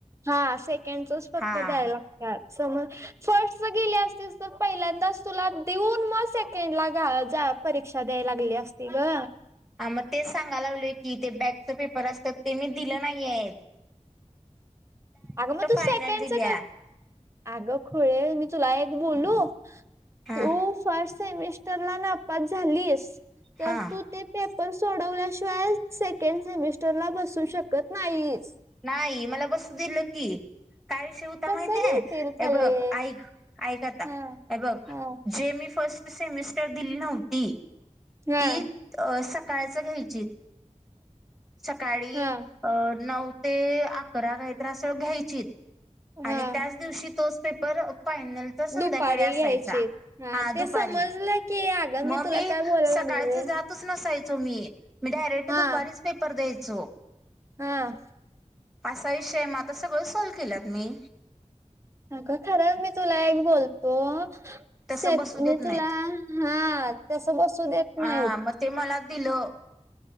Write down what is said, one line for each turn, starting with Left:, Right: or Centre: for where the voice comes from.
Right: हा सेकेंडच फक्त
Centre: हा
Right: द्याय लागतात समज, फर्स्ट गेले असतीलस तर पहिल्यांदाच तुला देऊन मग सेकंड ला घा जा. परीक्षा द्याय लागली असती ग?
Centre: हा मग तेच सांगा लागलोय की ते बॅगच पेपर असतात ते मी दिलं नाहीय आहेत.
Right: अगं मग तु
Centre: फायनल
Right: सेकेंडच
Centre: दिल्या
Right: कर? अग खुळे मी तुला एक बोलू
Centre: हा
Right: तू फर्स्ट सेमिस्ट. त्याला नापास झालीस तर
Centre: हा
Right: तू ते, पण सोडवल्याशिवाय सेकंड सेमिस्टर ला बसू शकत नाहीच?
Centre: नाही मला बसू दिलं की, काय शिवता
Right: कसं
Centre: माहितेय?
Right: देतील
Centre: हे
Right: पल्ले
Centre: बघ ऐक ऐक आता
Right: हा
Centre: हे बघ
Right: हा
Centre: जे मी फर्स्ट सेमिस्टर दिली नव्हती,
Right: हा
Centre: ती अं सकाळचं घ्यायचीत. सकाळी
Right: हा
Centre: अं नऊ ते अकरा काहीतर असं घ्यायचीत.
Right: हा
Centre: आणि त्याच दिवशी तोच पेपर फायनल तर संध्याकाळी
Right: दुपारी
Centre: असायचा.
Right: घ्यायची
Centre: हा
Right: ते
Centre: दुपारी,
Right: समजलं की अगं
Centre: मग
Right: तुला
Centre: मी
Right: काय बोलायला
Centre: सकाळचं
Right: लागलोय
Centre: जात जातच नसायचो मी, मी डायरेक्ट
Right: हा
Centre: दुपारीच पेपर द्यायचो.
Right: हम
Centre: असा विषय मं आता सगळं सॉल्व केल्यात मी.
Right: अग खरंच, मी तुला एक बोलतो
Centre: तसं
Right: शेट
Centre: बसू
Right: मी
Centre: देत नाहीत
Right: तुला हां तसं बसू देत
Centre: हा
Right: नाहीत.
Centre: मग ते मला दिलं.